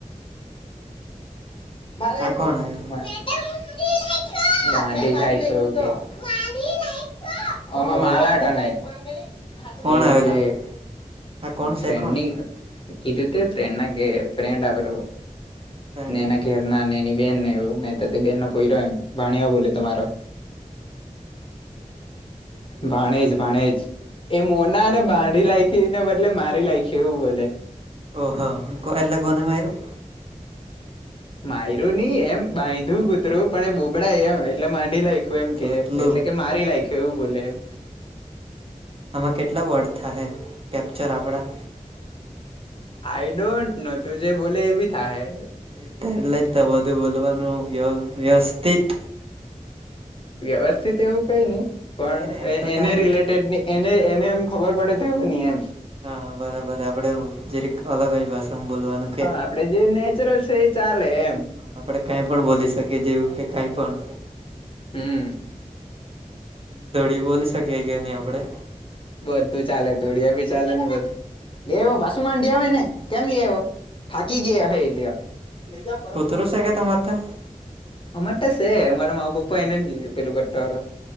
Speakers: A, on the left; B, on the right.
A: મારા આઈખું.
B: આ કોણ આવ્યું
A: <inaudible> <unintelligible>
B: ઓ કોણ આવેલું
A: એતે
B: આ કોણ છે
A: ફ્રેન્ડની.
B: કોણ
A: કીધું તે ફ્રેન્ડ ના ગે ફ્રેન્ડ આવેલું.
B: ભાણિયો
A: ને એના ઘેર ના એની બેહેન ને એવું ન તો બેનનો પોઈરો એમ ભાણી બોલે તમારો. ભાણેજ ભાણેજ. એ મોના ને બાઢી લાયકીને બદલે મારી લાયકી એવું બોલે.
B: ઓહા કો એલા કોને માઈરૂ.
A: માયરું નહી એમ બાંધંધું કૂતરું પણ એ બોબડા એમ. એટલે માડી નાઈખું એમ
B: તો
A: કેમ
B: એટલું
A: એટલે કે મારી લાયક એવું બોલે એમ.
B: આમાં કેટલા વર્ડ થશે કેપ્ચર આપણા?
A: આઈ ડોન્ટ નો તું જે બોલે એવી થાય હે.
B: એ તો એટલે બધું બોલવાનું વ્ય વ્યવસ્થિત.
A: વ્યવસ્થિત એવું કઈ નહી પણ
B: નહી રે એમ તો
A: એને
B: કાઈ
A: રિલેટેડ ની. એને એને એમ ખબર પડે તો એવું નહી એમ.
B: હા બરાબર આપડે જેરેક અલગ ભાષામાં બોલવાનું. કે
A: હા આપડે જે નેચરલ છે એ ચાલે એમ.
B: આપણે કઈ પણ બોલી શકીએ જેવું કે કઈ પણ
A: હમ
B: ધડી બોલી શકીએ કે નહી આપડે.
A: બધું ચાલે ધોડિયા ભી ચાલે ને બધું લે એવો પાસુ માંઢિયા આવે ને કેમ લે આવો? થાકી ગયા હ એટ લઈ જા બરાબર
B: કૂતરું શે કે તમાર તા
A: અમાર તો છે અમારા મા પપ્પા એનો પેલું કરળો